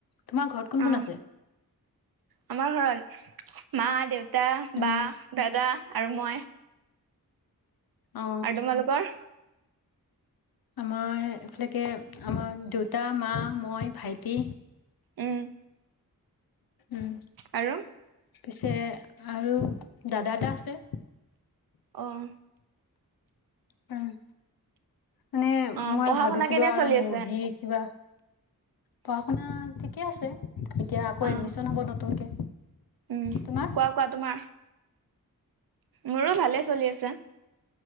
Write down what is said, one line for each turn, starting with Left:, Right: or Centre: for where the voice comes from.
Left: তোমাৰ ঘৰত কোন -
Right: অ
Left: কোন আছে?
Right: আমাৰ ঘৰত মা দেউতা
Left: উম
Right: বা দাদা আৰু মই।
Left: অ
Right: আৰু তোমালোকৰ?
Left: আমাৰ এইফিলকে আমাৰ দেউতা মা মই ভাইটি।
Right: উম,
Left: উম,
Right: আৰু
Left: পিছে আৰু দাদা এটা আছে।
Right: অ',
Left: উম, মানে
Right: অ
Left: মই
Right: পঢ়া
Left: ভাবিছিলো
Right: শুনা কেনে
Left: আৰু
Right: চলি
Left: মুৰ্গী
Right: আছে
Left: কিবা পঢ়া শুনা ঠিকে আছে এতিয়া আকৌ
Right: অ
Left: এডমিশ্ন হ'ব নতুনকে।
Right: উম,
Left: তোমাৰ
Right: কোৱা - কোৱা তোমাৰ। মোৰো ভালে চলি আছে।